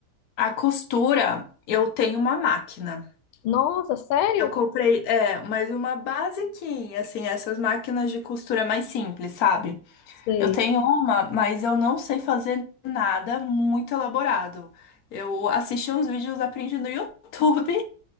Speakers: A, on the left; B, on the left.
A: A costura, eu tenho uma máquina.
B: Nossa, sério?
A: Eu comprei, é, mas uma basiquinha, assim, essas máquinas de costura mais simples, sabe?
B: Sei.
A: Eu tenho uma, mas eu não sei fazer nada muito elaborado. Eu assisti uns vídeos, aprendi no YouTube.